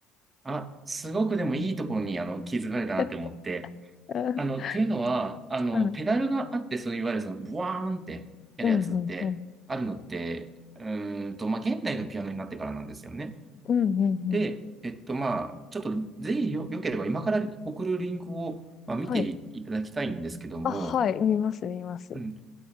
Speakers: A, on the right; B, on the left.
A: あ、すごくでもいいところに、あの、気づかれたなって思って。
B: うん
A: あの、っていうのは、あの、
B: はい。
A: ペダルがあって、
B: <laughs>
A: そういわゆるその、ブワーンってやるやつって、
B: うん、うん、うん、
A: あるのって、うーんと、まあ、現代のピアノになってからなんですよね。
B: うん、うん。うん
A: で、えっと、まあ、ちょっと、ぜひよ、よければ、今から送るリンクを、まあ、見ていただきたいんですけども、
B: はい。あ、はい。見ます、見ます。
A: うん。